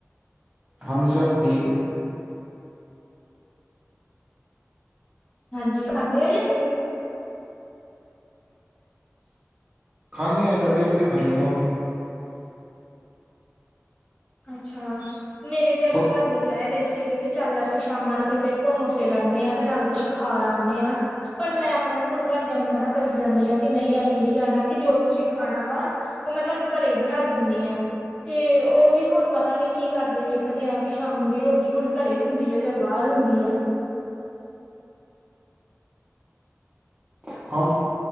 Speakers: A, on the right; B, on the left.
A: ਹਾਂਜੀ ਸਭ ਠੀਕ ਹੈੀ
B: ਹਾਂਜੀ ਖਾਂਦੇ ਆ ਜੇ ਨਹੀਂ
A: ਖਾਂਦੇ ਹ ਕਦੇ ਕਦੇ ਖਾਂਦੇ ਆ ਉਹ ਵੀ
B: ਅੱਛਾ ਮੇਰੇ ਤੇ ਅੱਜ
A: ਥੋ
B: ਘਰ ਦੇ ਕਹਿ ਰਹੇ ਸੀਗੇ ਕਿ ਚੱਲ ਅਸੀਂ ਸ਼ਾਮਾਂ ਨੂੰ ਕਿਤੇ ਘੁੰਮ ਫਿਰ ਆਂਦੇ ਹਾਂ ਤੇ ਨਾਲ ਕੁੱਝ ਖਾ ਆਂਦੇ ਹਾਂ ਪਰ ਮੈਂ ਆਪਣੇ ਹੁਣ ਘਰਦਿਆਂ ਨੂੰ ਮਨਾ ਕਰੀ ਜਾਂਦੀ ਹਾਂ ਕਿ ਨਹੀਂ ਅਸੀਂ ਨਹੀਂੀ ਜਾਣਾ ਕਿ ਜੋ ਤੁਸੀਂ ਖਾਣਾ ਵਾ ਉਹ ਮੈਂ ਤੁਹਾਨੂੰ ਘਰੇ ਹੀ ਬਣਾ ਦਿੰਦੀ ਹਾਂ ਤੇ ਉਹ ਵੀ ਹੁਣ ਪਤਾ ਨੀ ਕੀ ਕਰਦੇ ਵੇਖਦੇ ਆਾਂ ਕਿ ਸ਼ਾਮ ਦੀ ਰੋਟੀ ਹੁਣ ਘਰੇ ਹੁੰਦੀ ਆ ਜਾਂ ਬਾਹਰ ਹੁੰਦੀ ਆ
A: <inaudible>